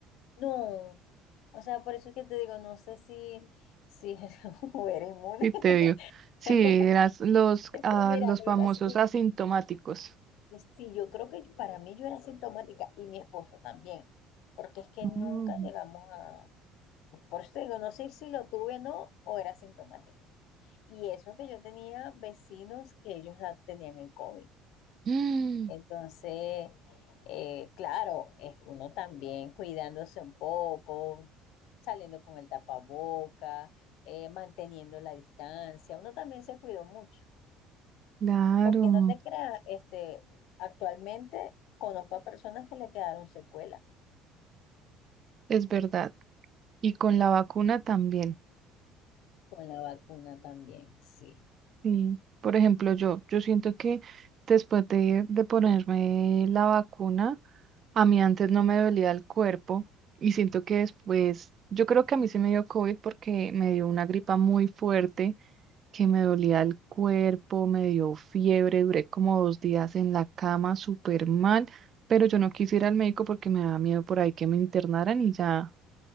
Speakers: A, on the left; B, on the right.
A: No, o sea, por eso es que te digo, no sé si, si <laughs> era inmune.
B: Sí, te dio. Sí,
A: <laughs>
B: eras los,
A: Este,
B: ah,
A: Mira,
B: los
A: lo
B: famosos
A: que pasa- y-
B: asintomáticos.
A: y sí, yo creo que para mí yo era sintomática y mi esposo también, porque es que
B: Oh.
A: nunca llegamos a, por eso te digo, no sé si lo tuve o no, o era sintomática. Y eso que yo tenía vecinos que ellos la tenían el COVID.
B: Mm,
A: Entonces, eh, claro, es uno también cuidándose un poco, saliendo con el tapaboca, eh, manteniendo la distancia, uno también se cuidó mucho,
B: claro,
A: porque no te creas, este, actualmente conozco a personas que le quedaron secuelas
B: es verdad. Y con la vacuna también.
A: con la vacuna también, sí,
B: Sí. Por ejemplo, yo, yo siento que después de, de ponerme la vacuna, a mí antes no me dolía el cuerpo y siento que después, yo creo que a mí sí me dio COVID porque me dio una gripa muy fuerte que me dolía el cuerpo, me dio fiebre, duré como dos días en la cama súper mal, pero yo no quise ir al médico porque me daba miedo por ahí que me internaran y ya